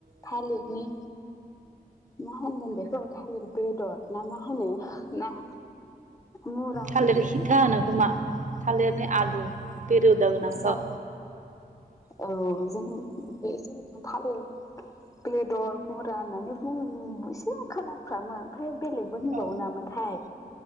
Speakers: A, on the left; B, on the right.
A: थालिरनि मा होनगोन बेखौ थालिर बेदर ना मा होनो ना मुरा होनगोन
B: थालिर खिथा होनो खोमा थालिरनि आलु बे रोदा गोनांखौ
A: जा औ जों बे जों थालिर बेदर बुरा होननानै बुं एसे खोनाफ्रामो ओमफ्राय बेलेगबो होनबावो
B: औ
A: नामा थाय